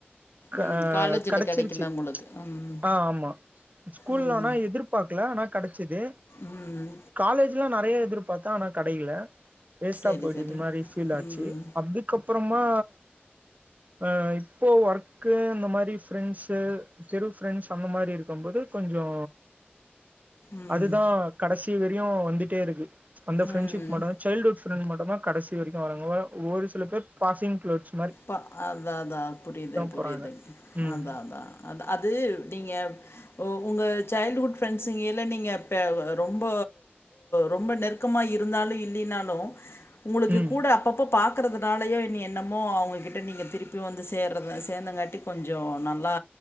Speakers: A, on the left; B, on the right.
A: ம்.
B: அ
A: காலேஜ்ல
B: கெடச்சிருச்சு
A: கெடைக்கல உங்களுக்கு. ம்.
B: ஆ ஆமா ஸ்கூல்ல
A: ம்.
B: ஆனா எதிர்ப் பாக்ல ஆனா கெடைச்சிது
A: ம்.
B: காலேஜ்லா நெறைய எதிர்பார்த்தா ஆனா கெடைக்ல வேஸ்ட்டா
A: சரி,
B: பொய்ட்டு
A: சரி.
B: இருந்த மாரி ஃபீல் ஆச்சு
A: ம்.
B: அதுக்கப்றமா அ இப்போ ஒர்க்கு அந்த மாரி ஃப்ரெண்ட்ஸ் தெரு ஃப்ரெண்ட்ஸ் அந்த மாரி இருக்கும்போது கொஞ்சோ
A: ம்.
B: அதுதா கடைசி வரையு வந்துட்டே இருக்கு அந்த ஃப்ரெண்டஷிப்
A: ம்.
B: மட்டத சைல்டுவுட் ஃப்ரண்ட் மட்டதா கடைசி வரைக்கு வராங்க வ ஒரு சில பேர் பாசிங்ளோட்ச்
A: ப அதா அதா புரியிது புரியிது
B: போறாங்க ம்
A: அதா அதா அதா அது நீங்க ஒ உங்க சைல்ட் வுட் பிரெண்ட்ஸ்ங்கில நீங்க பே ரொம்ப ரொம்ப நெருக் கமா இருந்தாலு இல்லினாலு உங்குளுக்கு
B: ம்
A: கூட அப்பப்ப பாக்கறதுனாலயோ இனி என்னமோ அவுங் உங்க கிட்ட நீங்க திருப்பி வந்து சேரத சேந்தங்காட்டி கொஞ்சோ நல்லா